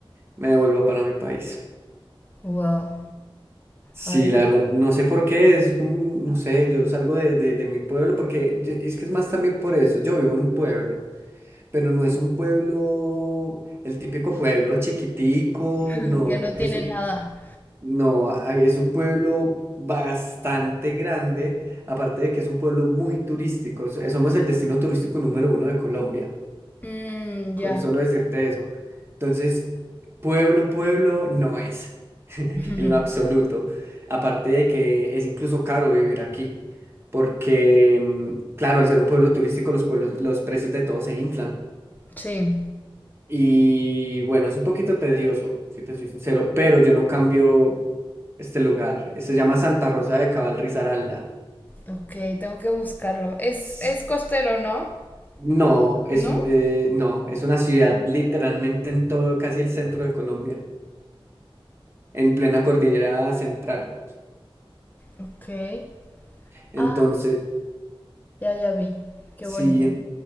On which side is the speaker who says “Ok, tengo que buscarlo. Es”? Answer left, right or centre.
Left